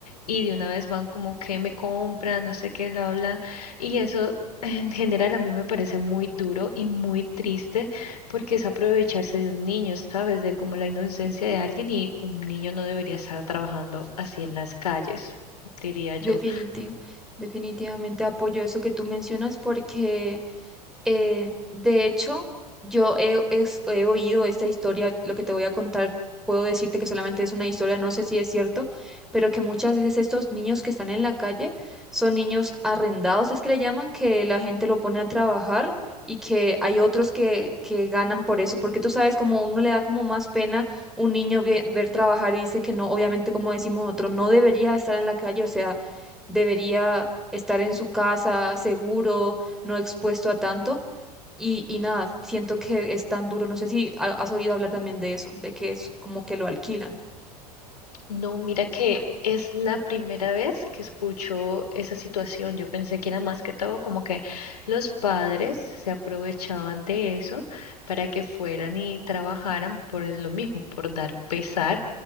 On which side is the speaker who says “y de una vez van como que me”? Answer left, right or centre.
Left